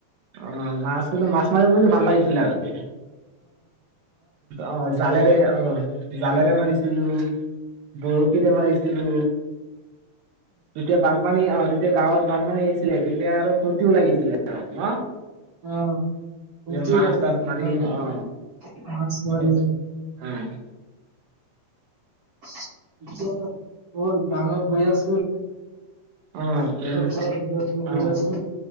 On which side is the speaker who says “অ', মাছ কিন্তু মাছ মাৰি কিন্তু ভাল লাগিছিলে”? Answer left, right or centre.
Right